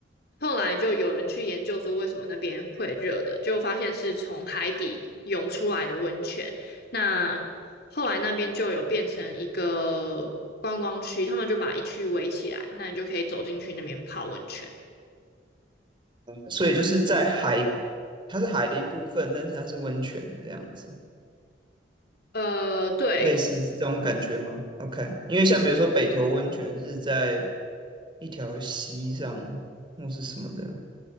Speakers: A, on the left (about 55°); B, on the right (about 25°).
A: 后来就有人去研究说为什么那边会热的，就发现是从海底涌出来的温泉。那后来那边就有变成一个观光区，他们就把一区围起来，那你就可以走进去那边泡温泉。
B: 所以就是在海，它是海的一部分，但是它是温泉这样子，
A: 呃，对，
B: 类似这种感觉吗？OK，因为像比如说北投温泉是在一条溪上或是什么的，